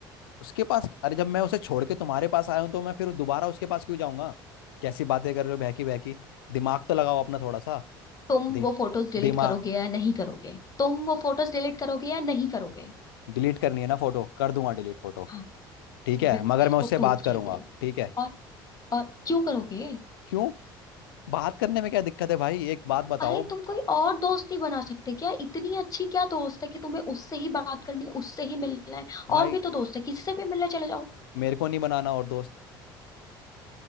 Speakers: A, on the left (about 80°); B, on the left (about 30°).
A: उसके पास अरे जब मैं उसे छोड़ के तुम्हारे पास आया हूं तो मैं फिर दोबारा उसके पास क्यों जाऊंगा कैसी बातें कर रहे हो बहकी बहकी दिमाग तो लगाओ अपना थोड़ा सा
B: तुम
A: दे
B: वो फोटोज डिलीट
A: दिमाग
B: करोगे या नहीं करोगे तुम वो फोटोज डिलीट करोगे या नहीं करोगे
A: डिलीट करनी है ना फोटो कर दूंगा डिलीट फोटो
B: हाँ
A: ठीक है
B: वे-
A: मगर
B: मेरे
A: मैं
B: को
A: उससे
B: प्रूफ
A: बात करूंगा
B: चाहिए
A: ठीक है
B: और और क्यों करोगे
A: क्यों बात करने में क्या दिक्कत है भाई एक बात बताओ
B: अरे तुम कोई और दोस्त नहीं बना सकते क्या इतनी अच्छी क्या दोस्त है कि तुम्हें उससे ही बात करनी है उससे ही मिलना है
A: भाई
B: और भी तो दोस्त है किसी से भी मिलने चले जाओ
A: मेरे को नहीं बनाना और दोस्त